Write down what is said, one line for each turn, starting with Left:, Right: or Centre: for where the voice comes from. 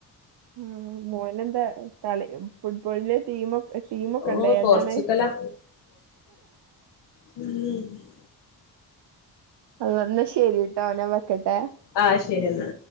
Right: ഉം മോനെന്താ കളി ഫുട്ബോളിന്റെ ടീമ ടീമൊക്കെണ്ടോ
Left: ഓഹ്
Right: ഏതാണ്
Left: പോർച്ചുഗലാ ഉം
Right: <unintelligible> ശരിട്ടോ ഞാൻ വെക്കട്ടെ
Left: ആഹ് ശരിഎന്നാ